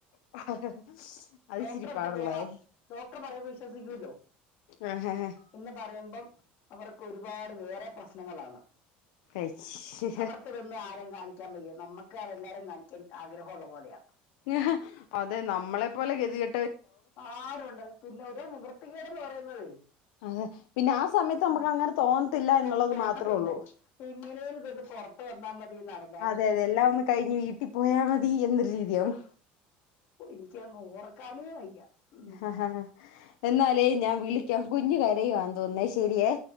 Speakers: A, on the left (about 80°); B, on the left (about 55°).
A: <unintelligible> അത്
B: ഡോക്ടറെ
A: ഇച്ചിരി
B: അടുത്ത്
A: പാടുള്ള
B: പോകാം
A: കാര്യ
B: ഡോക്ടർ പറയുമ്പോൾ വിശ്വസിക്കുമല്ലോ
A: ആ ഹേഹേ
B: എന്ന് പറയുമ്പം അവർക്ക് ഒരുപാട് വേറെ പ്രസ്നങ്ങളാണ്.
A: കഴിച്ച്
B: അവർക്ക്തൊന്നും ആരും കാണിക്കാൻ ബയ്യ നമ്മുക്ക് എല്ലാരും കാണിക്കാൻ ആഗ്രഹം ഉള്ള പോലെയാണ്.
A: <unintelligible> അതെ നമ്മളെ പോലെ ഗതികെ
B: ആരുണ്ട് പിന്നെ ഒര് നിവർത്തിക്കേടെന്ന് പറയുന്നതേ
A: അതെ പിന്നെ ആ സമയത്ത് നമുക്ക്
B: ആ.
A: അങ്ങനെ തോന്നത്തില്ല എന്നുള്ളത്
B: ഒന്നും തോന്നത്തില്ല
A: മാത്രേ ഉള്ളൂ
B: എങ്ങനെയും ഇതൊന്ന് പുറത്ത്
A: <inaudible>
B: വന്നാ മതി എന്നാണല്ലോ അത്
A: അതെ അതെ എല്ലാം ഒന്ന് കഴിഞ്ഞ് വീട്ടി പോയാ മതി എന്നൊരു രീതിയാവും.
B: ഓ ഇൻകൃതൊന്നും ഓർക്കാനേ വയ്യ. ഉം.
A: ഹാ ഹാ എന്നാലേ ഞാൻ വിളിക്കാം കുന്ന് കരയുവാ തോന്നേ ശരിയേ.